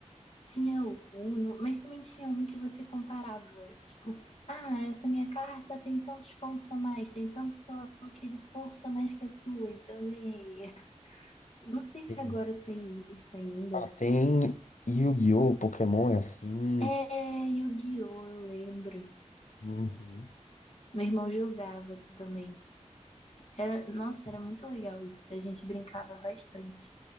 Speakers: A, on the left; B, on the left.
A: Tinha o Uno, mas também tinha um que você comparava. Tipo, ah, essa minha carta tem tantos pontos a mais, tem tanto, sei lá o que, de força a mais que a sua, então eu ganhei. Não sei se
B: Tem-
A: agora tem isso ainda.
B: Ah, tem Yu-Gi-Oh! Pokémon é assim.
A: É, Yu-Gi-Oh! Eu lembro.
B: Uhum.
A: Meu irmão jogava também. Era, nossa, era muito legal isso. A gente brincava bastante.